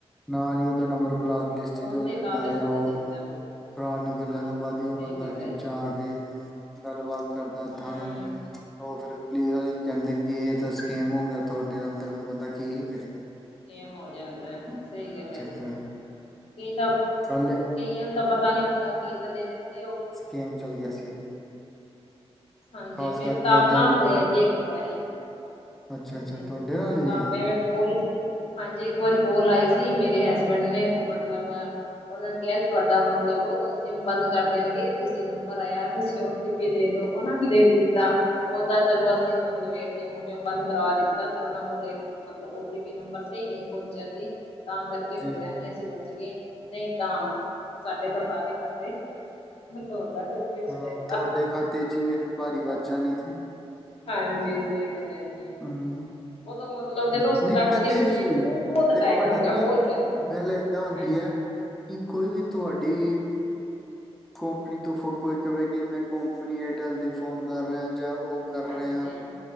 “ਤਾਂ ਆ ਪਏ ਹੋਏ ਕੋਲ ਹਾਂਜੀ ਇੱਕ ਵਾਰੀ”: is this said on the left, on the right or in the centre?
Left